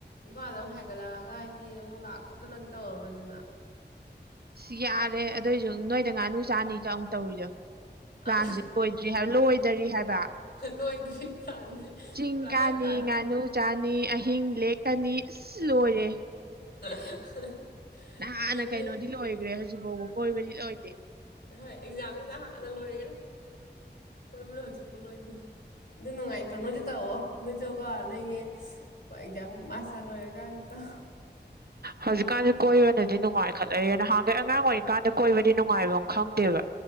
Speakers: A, on the left; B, on the right.
A: ꯏꯝꯐꯥꯜꯗ ꯑꯃꯨꯛ ꯍꯥꯏꯒꯠꯂꯛꯑꯒ ꯍꯥꯏꯗꯤ ꯑꯃꯨꯛ ꯂꯥꯛ ꯈꯣꯠꯇꯅꯗꯤ ꯇꯧꯔꯔꯣꯏꯗꯅ
B: <unintelligible> ꯌꯥꯔꯦ ꯑꯗꯣꯏꯁꯨ ꯅꯣꯏꯗ ꯉꯥꯅꯨ ꯆꯥꯅꯤꯒ ꯑꯃꯨꯛ ꯇꯧꯔꯤꯗꯨ ꯄ꯭ꯂꯥꯟꯖꯦ
A: ꯑꯪ
B: ꯂꯣꯏꯗ꯭ꯔꯤ ꯍꯥꯏ ꯂꯣꯏꯗꯔꯤ ꯍꯥꯏꯕ꯫
A: ꯂꯣꯏꯗ꯭ꯔꯤ
B: <inaudible>
A: ꯄ꯭ꯂꯥꯟꯁꯦ
B: ꯆꯤꯡ
A: ꯄꯨꯔꯥ ꯑꯩꯈꯣꯏ
B: ꯀꯥꯅꯤ
A: ꯄ꯭ꯂꯥꯟ
B: ꯉꯥꯅꯨ ꯆꯥꯅꯤ ꯑꯍꯤꯡ ꯂꯦꯛ ꯀꯅꯤ ꯑꯁ ꯂꯣꯏꯔꯦ꯫
A: <unintelligible>
B: ꯅꯍꯥꯟꯅ
A: ꯀꯩꯅꯣꯅꯦ
B: ꯀꯩꯅꯣꯗꯤ ꯂꯣꯏꯒ꯭ꯔꯦ ꯍꯧꯖꯤꯛꯐꯥꯎꯕ ꯀꯣꯏꯕꯗꯤ ꯂꯣꯏꯗꯦ꯫
A: ꯍꯣꯏ ꯑꯦꯛꯖꯥꯝꯗꯤ ꯅꯍꯥꯟꯅ ꯂꯣꯏꯒꯔꯦ ꯀꯣꯏꯕꯅ ꯍꯧꯖꯤꯛꯐꯥꯎ ꯂꯣꯏꯗ꯭ꯔꯤ꯫ ꯑꯗꯨ ꯅꯨꯡꯉꯥꯏꯇ꯭ꯔꯣ ꯅꯣꯏꯖꯨ ꯇꯧꯋꯣ ꯅꯣꯏꯁꯨꯀꯣ ꯅꯣꯏꯒꯤ <unintelligible> ꯑꯦꯛꯖꯥꯝ ꯃꯁꯇꯔ ꯂꯣꯢꯔꯒꯥꯟ ꯇꯧ꯫
B: ꯍꯧꯖꯤꯛꯀꯥꯟꯖꯦ ꯀꯣꯏꯕꯅꯗꯤ ꯅꯨꯡꯉꯥꯏꯈꯠꯂꯛꯏꯌꯦ ꯅꯍꯥꯟꯒꯩ ꯑꯉꯥꯡ ꯑꯣꯏꯔꯤꯀꯥꯟꯗ ꯀꯣꯏꯕꯗꯤ ꯅꯨꯡꯉꯥꯏꯕꯝ ꯈꯪꯗꯦꯕ